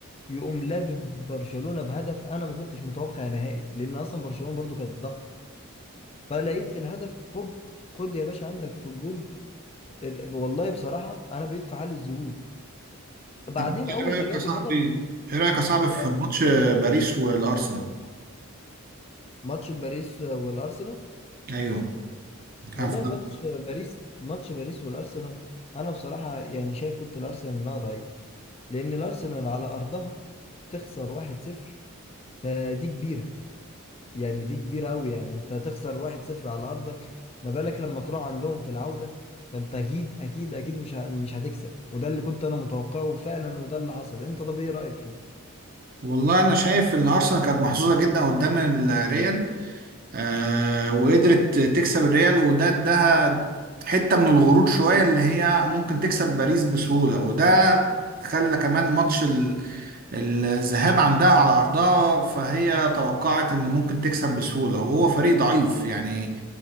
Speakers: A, on the left; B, on the right.
A: يقوم لابب برشلونة بهدف انا ما كنتش متوقع نهائي لان اصلا برشلونة برضو كانت ضغط فلقيت الهدف هوب خد يا باشا عندك في الجون ال- والله بصراحة انا بقيت في حالة ذهول بعدين
B: طب انت ايه
A: اول
B: رأيك
A: ما جابوا
B: يا صاحبي
A: الهدف
B: ايه رأيك يا صاحبي في
A: اه
B: ماتش باريس والأرسنال؟
A: ماتش باريس والارسنال
B: ايوه كان
A: والله ماتش باريس ماتش باريس والارسنال انا بصراحة يعني شايف كنت الارسنال انها ضعيفة لأن الأرسنال على أرضها تخسر 1-0 فدي كبيرة يعني دي كبيرة أوي يعني أنت تخسر 1-0 على أرضك ما بالك لما تروح عندهم في العودة فأنت أكيد أكيد أكيد مش ه- مش هتكسب وده اللي كنت أنا متوقعه فعلا وده اللي حصل أنت طب إيه رأيك فيه؟
B: والله انا شايف ان ارسنال كانت محظوظه جدا قدام الريال آه وقدرت تكسب الريال وده اداها حته من الغرور شويه اللي هي ممكن تكسب باريس بسهوله وده خلى كمان ماتش الذهاب عندها على أرضها فهي توقعت إن ممكن تكسب بسهولة وهو فريق ضعيف يعني